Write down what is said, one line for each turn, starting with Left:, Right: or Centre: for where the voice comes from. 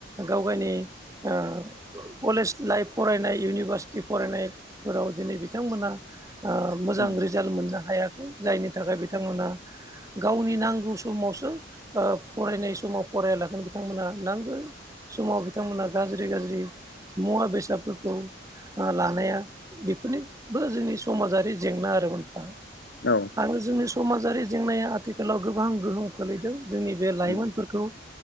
Right: गाव गावनि ओ कलेज लाइफ फरायनाय इउनिभारसिटि फरायनायफोराव दिनै बिथांमोना मोजां
Left: उम
Right: रिजाल्ट मोननो हायाखै जायनि थाखाय बिथांमोना गावनि नांगौ समावसो फरायनाय समाव फरायलागोन बिथांमोनहा नांगौ समाव बिथांमोना गाज्रि गाज्रि मुवा बेसादफोरखौ लानाया बेफोरनिबो जोंनि समाजारि जेंना आरो मोनफा
Left: औ
Right: आरो जोंनि समाजारि जेंनाया आथिखालाव गोबां गोहोम खोलैदों जोंनि बे लाइमोनफोरखौ
Left: उम